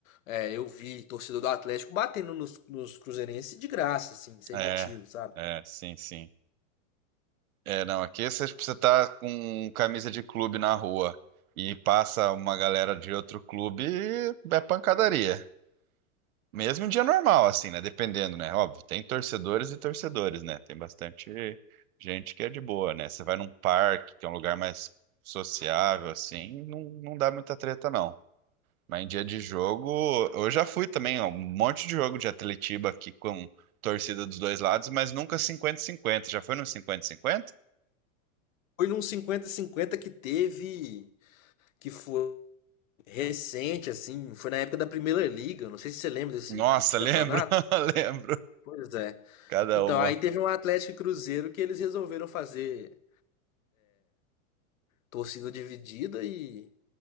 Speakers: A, on the left (about 70°); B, on the right (about 80°).
A: é, eu vi torcedor do Atlético batendo nos, nos cruzeirenses de graça, assim, sem
B: é,
A: motivo, sabe?
B: é, sim, sim. É, não, aqui você precisa estar com camisa de clube na rua e passa uma galera de outro clube, é pancadaria. Mesmo em dia normal, assim, né? Dependendo, né? Óbvio, tem torcedores e torcedores, né? Tem bastante gente que é de boa, né? Você vai num parque, que é um lugar mais sociável, assim, não, não dá muita treta, não. Mas em dia de jogo, eu já fui também, ó, um monte de jogo de Atletiba aqui com torcida dos dois lados, mas nunca cinquenta cinquenta Já foi no cinquenta cinquenta
A: Foi num 50 cinquenta que teve, que foi. recente, assim, foi na época da Primeira Liga, não sei se você lembra desse,
B: Nossa,
A: desse campeonato.
B: lembro, <laughs> lembro.
A: Pois é.
B: Cada
A: Então,
B: uma.
A: aí teve um Atlético e Cruzeiro que eles resolveram fazer torcida dividida e,